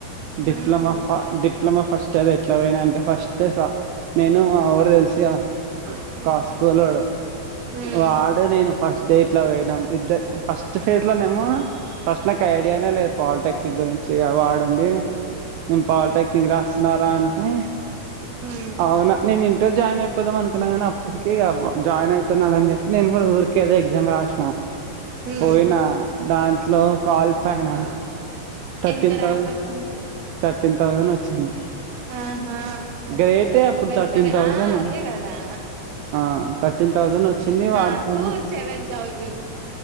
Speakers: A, on the right; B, on the right.
A: డిప్లమా
B: మ్మ్
A: ఫ డిప్ డిప్లమా ఫస్ట్ ఇయర్ ఎట్లా పోయినా అంటే ఫస్ట్ సా నేను మా ఒడు తెలుసుగా
B: మ్మ్
A: కా స్కూల్లోడు
B: మ్మ్
A: వాడు నేను ఫస్ డే ఇట్లా పోయినాం ఇద్ద ఫస్ట్ ఫేస్లనేమో ఫస్ట్ నాకు ఐడియానే లేదు పాలిటెక్నిక్ గురించి వాడుండి నేను పాలిటెక్నిక్ రాస్తున్నారా అంటే
B: మ్మ్
A: అవునా నేనిన్ ఇంటర్ జాయిన్ అయిపోదాం అనుకున్నా కానీ అప్పటికిగా జాయిన్ అయితున్నాడు అని చెప్పి నేను కూడా ఊరికేదో ఎగ్జామ్ రాసిన
B: మ్మ్
A: పోయినా దాంట్లో క్వాలిఫై అయినా థర్టీన్
B: ఎంత ర్యాంక్
A: థౌజండ్
B: వచ్చింది
A: థర్టీన్ థౌజండ్ వచ్చింది
B: ఆహా
A: గ్రేటే అప్పుడు
B: బెట్టరే
A: థర్టీన్ థౌజండ్
B: ఆ అదే కదా
A: ఆ థౌజండ్ వచ్చింది వాడికేమో
B: నాకు సెవెన్ థౌజండ్